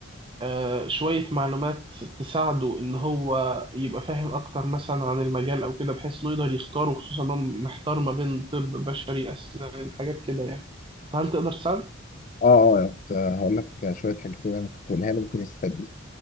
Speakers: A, on the right (about 25°); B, on the left (about 40°).
A: آه، شوية معلومات تساعده إن هو يبقى فاهم أكتر مثلا عن المجال أو كده بحيث إنه يقدر يختاره خصوصا إنه محتار ما بين طب بشري أسنان حاجات كده يعني فهل تقدر تساعد؟
B: أه أه آه، هقول لك شوية حاجات كده أنا كنت قايلها لي ممكن يستفاد بيها